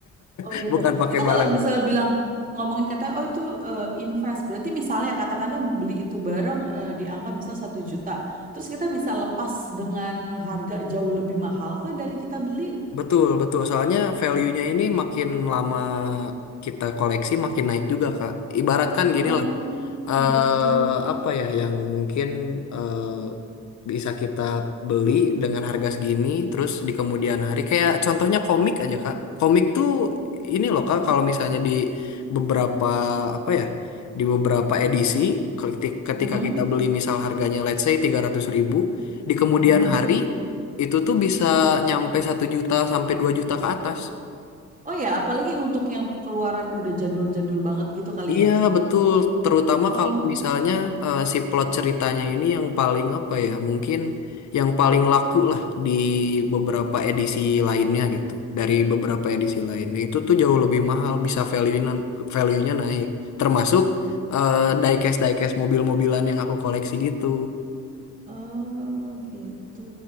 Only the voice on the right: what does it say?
Oh
gitu.
Itu
kalau misal bilang ngomongin katanya, oh itu eh, invest, berarti misalnya katakanlah beli itu barang eh, di angka misal satu juta, terus kita bisa lepas dengan harga jauh lebih mahal kah dari kita beli?
Oh
gitu.
Mhm,
mhm.
Oh ya, apalagi untuk yang keluaran udah jadul-jadul banget gitu kali
ya.
Oh,
oh gitu.